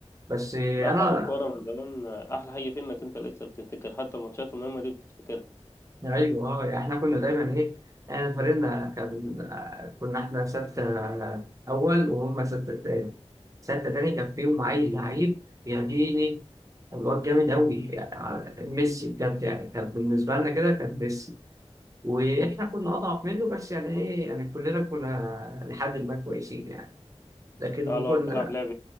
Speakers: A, on the right; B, on the left.
A: بس أنا
B: لا حوار الكورة من زمان آه، أحلى حاجة فيه إنك أنت لسه بتفتكر حتى الماتشات المهمة دي بتفتكرها
A: ايوه اه يعني احنا كنا دايما ايه احنا فريقنا كان آه، كنا احنا ستة آه، اول وهم ستة تاني ستة تاني كان فيهم عيل لعيب يعجبني الواد جامد قوي يعني على- ميسي بجد يعني كان بالنسبة لنا كده كان ميسي واحنا كنا اضعف منه بس يعني ايه يعني كلنا كنا لحد ما كويسين يعني لكن
B: اه لو
A: كنا
B: بتلعب لعب